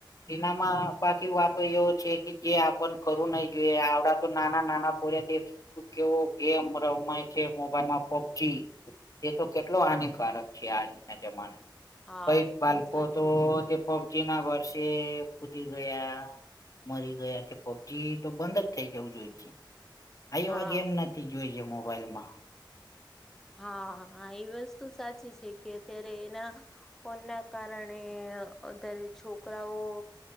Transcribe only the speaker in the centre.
હા
એ
પણ સાચું
છે
હા
હા હા એ વસ્તુ સાચી છે કે અત્યારે એના ફોન ના કારણે અારે છોકરાઓ